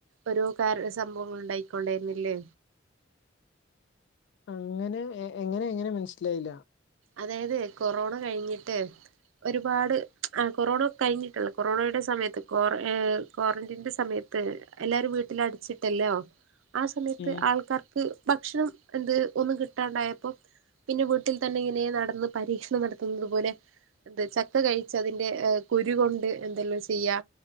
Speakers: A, on the right; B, on the left.
A: ഓരോ കാരു സംഭവങ്ങള്ള് ഉണ്ടായിക്കൊണ്ടായിരുന്നില്ലേ
B: അങ്ങനെ എങ്ങയെങ്ങനെ മനസ്സിലായില്ല
A: അതായത് കൊറോണ കഴിഞ്ഞിട്ട് ഒരുപാട് ആ കൊറോണ കഴിഞ്ഞിട്ടല്ല കൊറോണടെ സമയത്ത് ക്വാറ ഏഫ് ക്വാറന്റീന്റെ സമയത്ത് ത്ത് എല്ലാരും വീട്ടില് അടച്ചിട്ടല്ലോ ആ സമയത്ത്
B: ഉം
A: ആൾക്കാർക്ക് ഭക്ഷണം എന്ത് ഒന്നും കിട്ടാണ്ടായപ്പോ പിന്നെ വീട്ടിൽ തന്നെ ഇങ്ങനെ നെ നടന്ന് പരീക്ഷണം നടത്തുന്നത് പോലെ എന്ത ചക്ക കഴിച്ച അതിന്റെ കുരു കൊണ്ട് എന്തെല്ലോ ചെയ്യാ